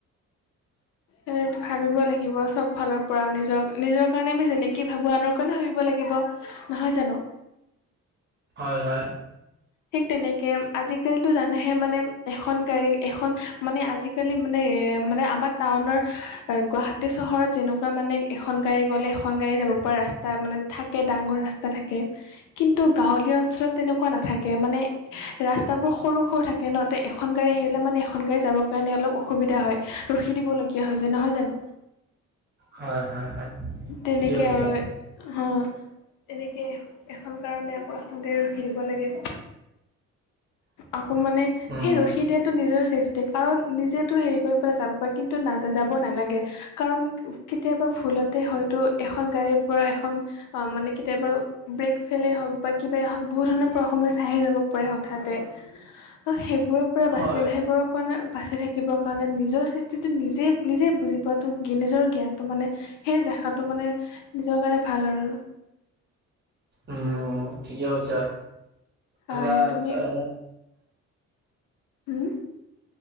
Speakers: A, on the left (about 80°); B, on the right (about 35°).
A: স ভাবিব লাগিব চব ফলৰ পৰা নিজৰ নিজৰ কাৰণে আমি যেনেকৈ ভাবোঁ আনৰ কাৰণে ভাবিব লাগিব নহয় জানো
B: হয়, হয়।
A: ঠিক তেনেকে আজিকালি টো জানোহে মানে এখন গাড়ী এখন মানে আজিকালি মানে এ মানে আমাৰ টাউনৰ গুৱাহাটী চহৰত যেনেকুৱা মানে এখন গাড়ী গ'লে এখন গাড়ী যাব পৰা ৰাস্তা মানে থাকে ডাঙৰ ৰাস্তা থাকে। কিন্তু গাঁৱলীয়া অঞ্চলত তেনেকুৱা নাথাকে মানে ৰাস্তাবোৰ সৰু সৰু থাকে। কেনহাতে এখন গাড়ী আহিলে মানে এখন গাড়ী যাবৰ কাৰণে অলপ অসুবিধা হয় ৰখি দিবলগীয়া হৈছে। যে নহয় জানো
B: হয় হয় হয়
A: তেনেকে
B: ঠিকে কৈছা
A: আৰু অ এনেকে এখন কাৰণে আকৌ এখন গৈ ৰখি দিব লাগে। আকৌ মানে
B: উম
A: সেই ৰখি দিয়াতটো নিজৰ চেফটি কাৰণ নিজেতো হেৰি কৰি পেলাই যাব পাৰে কিন্তু না যাব নালাগে। কাৰণ কেতিয়াবা ভুলতে হয়তো এখন গাড়ীৰ পৰা এখন অ মানে কেতিয়াবা ব্ৰেক ফেইলে হওক বা কিব হওক? বহুত ধৰণৰ পৰা সময় চাই আহি যাব পাৰে হঠাৎ তে অ সেইবোৰৰে পৰা বাচি
B: হয়
A: সেইবোৰৰ কাৰণে বাচি থাকে। বাচিব শিকিবৰ কাৰণে নিজৰ চেফটিটো নিজেই নিজেই বুজি পোৱাটো নিজৰ জ্ঞান। ত মানে সেই ৰাখাটো মানে নিজৰ কাৰণে ভাল আৰু
B: উম ঠিকে আছ
A: হয়
B: ধৰা
A: তুমি
B: আ
A: উম।